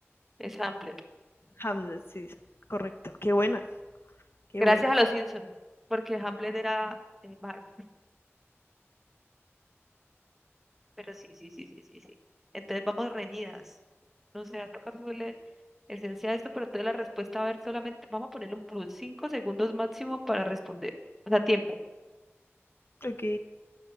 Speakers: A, in the centre; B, on the left.
A: es Hamlet.
B: Hamlet, sí, correcto. Qué buena, qué
A: Gracias
B: buena.
A: a los Simpsons, porque Hamlet era eh, Mark. Pero sí, sí, sí, sí, sí, sí. Entonces vamos reñidas. No sé, va a tocar subirle esencia a esto, pero entonces la respuesta, a ver, solamente vamos a ponerle un plus, cinco segundos máximo para responder. O sea, tiempo.
B: Ok.